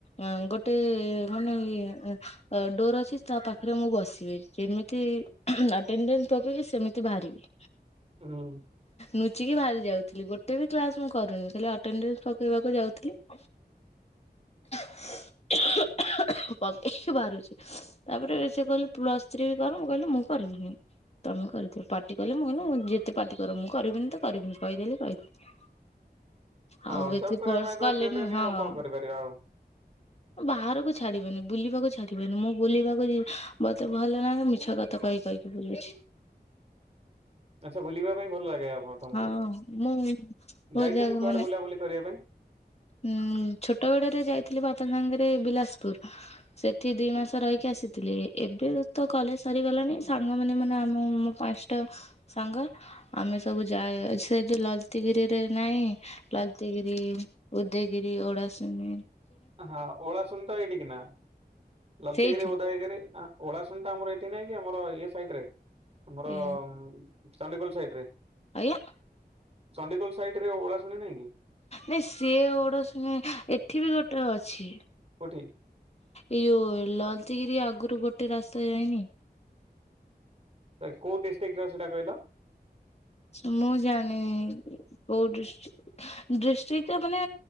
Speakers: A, on the left; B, on the right.
A: ଅ, ଗୋଟେ ମାନେ ଇଏ ଡୋର ଅଛି ତା ପାଖରେ ମୁଁ ବସିବି ଯେମିତି ଉହୁଁ ଆଟେଣ୍ଡେନ୍ସ ପକେଇକି ସେମିତି ବାହାରିବି।
B: ହୁଁ।
A: ନୁଚିକି ବାହାରି ଯାଉଥିଲି, ଗୋଟେ ବି କ୍ଲାସ ମୁଁ କରୁନି, ଖାଲି ଏଟେଣ୍ଡସ ପକେଇବାକୁ ଯାଉଥିଲି। <inaudible>
B: <inaudible>
A: <unintelligible> ପକେଇକି ବାହାରୁଛି। ତାପରେ ସେ କହିଲ ପ୍ଲସ ଥ୍ରୀ ବି କର ମୁଁ କହିଲି ମୁଁ କରିବିନି।। ତମେ କରିିଥିବ ପାର୍ଟି କଲେ ମୁଁକଇନୁ ଯେତେ ପାର୍ଟି କର ମୁଁ କରିବିନି ତ କରିବିନି କହିଦେଲି କହିଦେଲି।
B: ହଁ
A: ଆଉ ବେଶୀ
B: ଜବ୍ କରିବା
A: ଫୋର୍ସ
B: ପାଇଁ ତ
A: କଲେନି
B: ଦେଲେନି
A: ହଁ
B: ଆଉ କଣ କରିପାରିବା ଆଉ।
A: ବାହାରକୁ ଛାଡିବେନି, ବୁଲିବାକୁ ଛାଡିବେନି, ମୁଁ ବୁଲିବାକୁ ଯ ମତେ ଭଲ ନାହିଁ ମିଛ କ ତ କହି କହିକି ବୁଲୁଛି।
B: ଆଛା ବୁଲିବା ପାଇଁ ଭଲ ଲାଗେ ଆପଣ ତମକୁ
A: ହଁ ମୁଁ ବୋ
B: ଯାଇଛନ୍ତି
A: ଜାଗ
B: କୁଆଡେ
A: ମାନେ
B: ବୁଲାବୁଲି କରିବା ପାଇଁ?
A: ଉଁ ଛୋଟ ବଡରେ ଯାଇଥିଲି ବାପା ସାଙ୍ଗରେ ବିଲସପୁର। ସେଠି ଦିଇ ମାସ ରହିକି ଆସିଥିଲେି ଏବେ ତ କଲେଜ ସରିଗଲାଣି ସାଙ୍ଗମାନୋନ ମାନେ ଆମ ପାଞ୍ଚଟା ସାଙ୍ଗ ଆମେ ସବୁ ଯା ଅ ସେଠି ଲଲତିଗିରିରେ ନାହିଁ ଲଲତାଗିରି ଉଦୟଗିରି ଓଡ଼ାସମି
B: ହଁ ଓଳା ଶୁନ ତ ଏଇଠିକି ନା ଲଲତିଗିରିି
A: ସେଇଠି
B: ଓଦଗିରି ଆ ଓଳାଶୁଣିଟା ଆମର ଏଇଠି ନାହିଁ କି ଆମର ଇଏ ସାଇଟିରେ ଆମର
A: ଏ
B: ଚଣ୍ଡିଖୋଲ ସାଇଟିରେ।
A: ଆଜ୍ଞା।
B: ଚଣ୍ଡଖୋଲ ସାଇଟି ରେ ଓଳା ଶୁଣି ନାଇଁ କି?
A: ନାଇଁ ସିଏ ଓଡଶୁଣିଏଠି ବି ଗୋଟେ ଅଛି।
B: କୋଉଠି।
A: ଏଇ ଯୋଉ ଲାଲଚିଗିରି ଆଗରୁ ଗୋଟେ ରାସ୍ତା ଯାଇଏନି।
B: ତ କୋଉଦିଷ୍ଟକିରେ ସେଟା କଇଲ?
A: ମୁଁ ଜାଣିନି କୋଉ ଡିଷ୍ଟିକ୍। ଡିଷ୍ଟ୍ରିକ୍ଟରେ ମାନେ